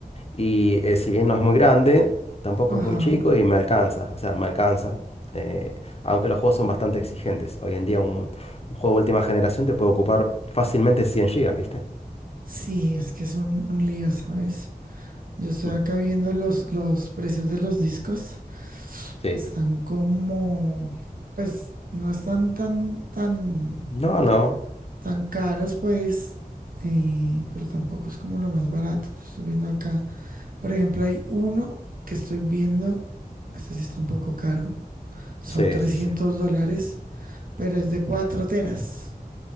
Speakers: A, on the left; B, on the right.
A: y eh, si bien no es muy grande, tampoco
B: Ajá.
A: es muy chico y me alcanza, o sea, me alcanza. Eh, aunque los juegos son bastante exigentes. Hoy en día un, un juego de última generación te puede ocupar fácilmente 100 gigas, ¿viste?
B: Sí, es que es un, un lío, ¿sabes? Yo estoy
A: Mm.
B: acá viendo los, los precios de los discos.
A: Sí.
B: Están como, pues no están tan, tan,
A: No, no.
B: tan caros, pues, eh, pero tampoco es como lo más barato. Yo estoy viendo acá, por ejemplo, hay uno que estoy viendo, este sí está un poco caro, son
A: Sí,
B: 300
A: sí, sí.
B: dólares, pero es de 4 teras.